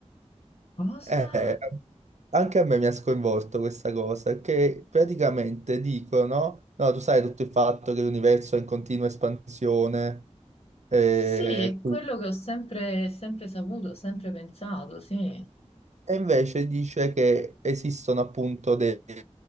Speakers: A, on the left; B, on the right.
A: cosa?
B: Eh, anche a me mi ha sconvolto questa cosa, che praticamente dicono, no, tu sai tutto il fatto che l'universo è in continua espansione, eh,
A: Sì, è quello
B: quindi-
A: che ho sempre, sempre saputo, sempre pensato, sì.
B: e invece dice che esistono appunto dei